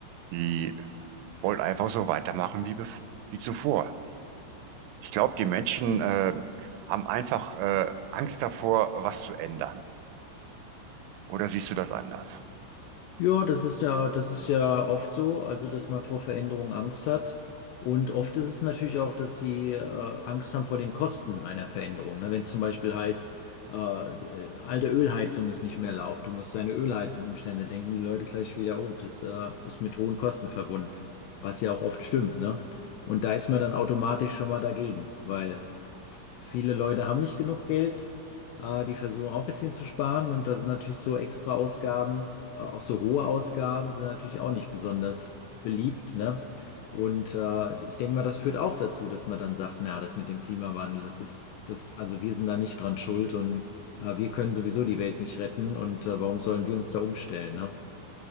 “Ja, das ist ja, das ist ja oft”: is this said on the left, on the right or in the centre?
Left